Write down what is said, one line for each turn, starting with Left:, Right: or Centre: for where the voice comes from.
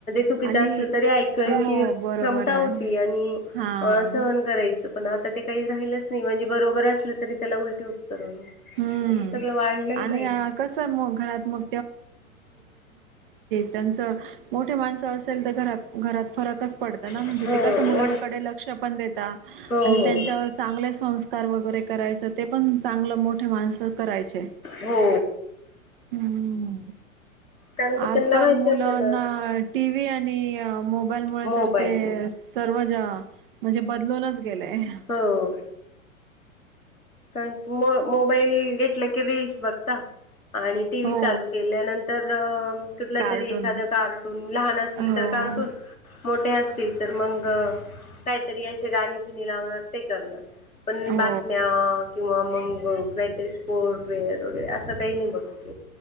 Left: चुकीच
Right: आणि
Left: असलं तरी ऐकायची
Right: हो
Left: क्षमता
Right: बरोबर आहे
Left: होती आणि
Right: हा
Left: अ सहन करायच पण आता ते काही राहिलंच नाही म्हणजे बरोबर असलं तरी त्याला उलटे तर अ
Right: हम्म.
Left: हे सगळं वाढलं
Right: आणि
Left: नाही
Right: अ, कसं मग घरात मग त्यां मोठ माणस असेल तर घरात फरकच पडत ना म्हणजे
Left: हो
Right: ते कस मुलांकडे लक्ष पण देतात
Left: हो
Right: त्यांच्यावर
Left: हो
Right: चांगले संस्कार तर वगैरे करायचं ते पण चांगलं मोठे माणसं करायचे
Left: हो
Right: हम्म
Left: कारण की
Right: आजकाल
Left: त्यांना माहिती
Right: मुलांना
Left: होतं ना
Right: टी वी आणि अ मोबाईलमुळे
Left: मोबाईल
Right: तर ते सर्वच ज्या म्हणजे बदलूनच गेलेय <unintelligible>
Left: हो कारण की म मोबाईल घेतलं की रीलल्स बघता आणि टी व्ही
Right: हो.
Left: चालू केल्यानंतर अ कुठलं
Right: कार्टून.
Left: तरी एखाद कार्टून लहान असतील
Right: हो.
Left: तर कार्ट खूप मोठे असतील तर मग अ काहीतरी असे गाणी बिणी लावणार ते करणार पण
Right: हो.
Left: अ बातम्यात किंवा आ मग काहीतरी स्पोर्ट वेअर वगैरे असं काही नाही बघत